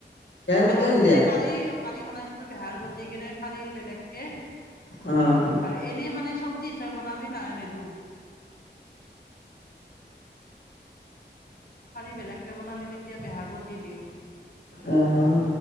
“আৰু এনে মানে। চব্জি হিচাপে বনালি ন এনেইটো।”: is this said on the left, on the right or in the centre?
Left